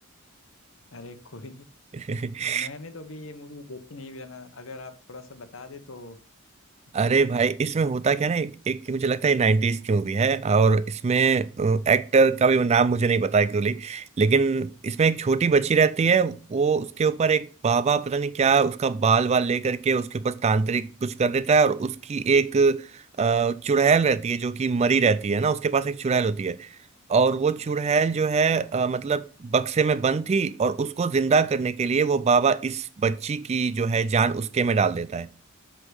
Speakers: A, on the left (about 65°); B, on the right (about 30°).
A: अरे कोई नहीं
B: <laughs>
A: मैंने तो अभी ये मूवी देखी नहीं भी है ना अगर आप थोड़ा सा बता दे तो अच्छा
B: अरे
A: रहेगा
B: भाई इसमें होता क्या ना एक, एक मुझे लगता है नाइनटीज की मूवी है और इसमें एक्टर का भी नाम मुझे नहीं पता एक्चुअली लेकिन इसमें एक छोटी बच्ची रहती है वो उसके ऊपर एक बाबा पता नहीं क्या उसका बाल बाल लेकर के उसके ऊपर तांत्रिक कुछ कर देता है और उसकी एक अ, चुड़ैल रहती है जो कि मरी रहती है ना उसके पास एक चुड़ैल होती है और वो चुड़ैल
A: अ-
B: जो है अ, मतलब बक्से में बंद थी और उसको जिंदा करने के लिए वो बाबा इस बच्ची की जो है जान उसके में डाल देता है